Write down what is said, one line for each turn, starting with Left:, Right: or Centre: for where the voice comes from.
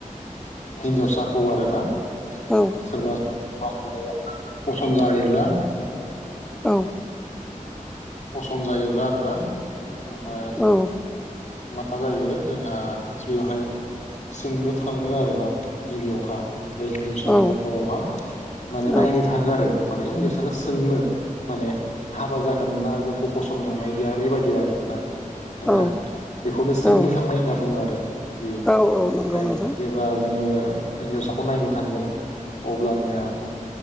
Left: हिन्जावसाखौ आरो ना
Centre: औ
Left: सोरबा <unintelligible> फसन जायोब्ला
Centre: औ
Left: फसन जायोब्ला आरोना ओमफ्राय
Centre: औ
Left: मा जायो जोंहा बेवहाय सोंनो थाङो आरो ना गिबियावहा बे हिनजावसानि
Centre: औ
Left: न'खरावहा माने
Centre: औ
Left: नायनो थाङो आरो माने हिनजावसाखौ सोंनो माने हाबा जागोन ना जोंखौ फसनदंना गैया बेबायदि आरोना नोंथां
Centre: औ
Left: बेखौनो सोंनो
Centre: औ
Left: थांनाय होनना बुङो आरो बेयो ओमफ्राय
Centre: औ नंगौ नोंथां
Left: जे ब्ला जोङो हिन्जावसाखौ नायनो थांगोन अब्लानिया